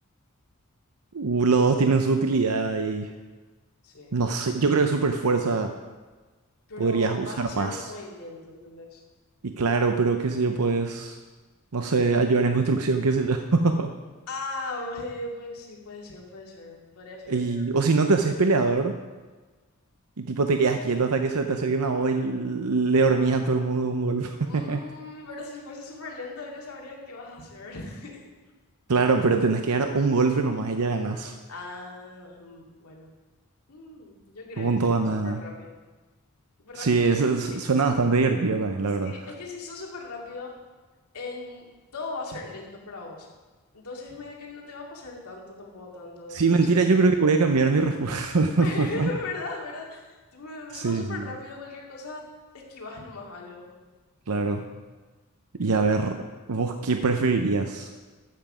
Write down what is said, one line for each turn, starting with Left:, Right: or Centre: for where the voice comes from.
Right: uh, los dos tienen su utilidad y
Left: Sí.
Right: no sé, yo creo que super fuerza
Left: Pero
Right: podrías usar
Left: vas a ser
Right: más.
Left: muy lento, ¿entendés?
Right: Y claro, pero qué sé yo, pues, no sé, ayudar en construcción, qué sé yo. <laughs>
Left: Ah, eh, pues sí, puede ser, puede ser. Podría ser,
Right: Y,
Left: bueno.
Right: o si no te haces peleador y tipo te quedas quieto hasta que se te acerquen a vos y le dormís a todo el mundo de un golpe.
Left: Mm,
Right: <laughs>
Left: pero si fuese súper lento, ellos sabrían qué vas a hacer. <laughs>
Right: Claro, pero tenés que dar un golpe nomás y ya ganás.
Left: Ah, mm, bueno. Mm, yo creo
Right: Con
Left: que sería
Right: toda nada.
Left: súper rápido. Súper
Right: Sí,
Left: rápido.
Right: eso es-
Left: Sí,
Right: suena
Left: sí,
Right: bastante divertido también,
Left: sí.
Right: la verdad.
Left: Es que si sos súper rápido, en... todo va a ser lento para vos. Entonces, medio que no te va a pasar tanto, tampoco tanto
Right: Sí,
Left: por
Right: mentira,
Left: ser débil.
Right: yo creo que voy a cambiar mi respuesta.
Left: <laughs>
Right: <laughs>
Left: ¿Verdad? ¿Verdad? Tú me-
Right: Sí,
Left: sos súper
Right: sí,
Left: rápido, cualquier cosa, esquivas nomás algo.
Right: claro. Y
Left: Like,
Right: a ver, ¿vos qué preferirías?